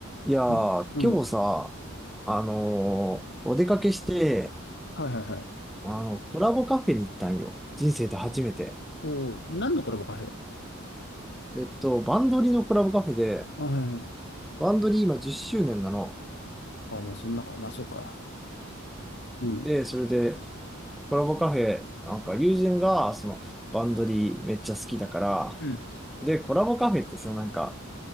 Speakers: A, in the centre; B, on the left.
A: いやー、
B: うんうん。
A: 今日さ、あのーお出かけして、
B: はいはいはい。
A: あの、コラボカフェに行ったんよ。人生で初めて。
B: おお何のコラボカフェ
A: えっと、バンドリのコラボカフェで、
B: あ、はいはい。
A: バンドリ今10周年なの。
B: あ、もうそんなか。まあ、そうか。うん。
A: で、それで、コラボカフェ、なんか友人が、その、バンドリめっちゃ好きだから、
B: うん。
A: で、コラボカフェってさ、なんか、